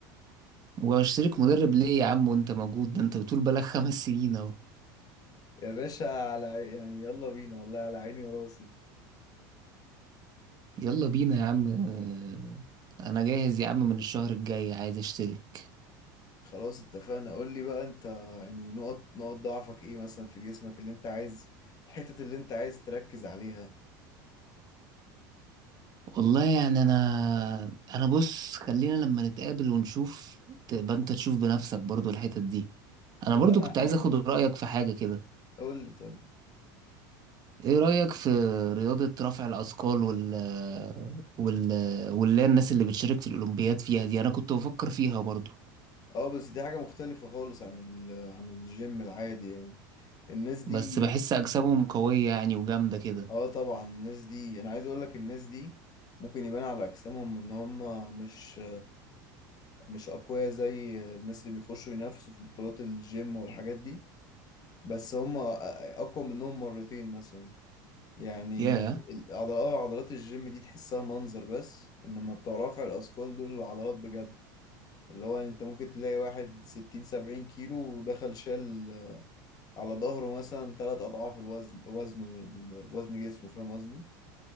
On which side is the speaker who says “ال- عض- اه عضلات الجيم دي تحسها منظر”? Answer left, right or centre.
Left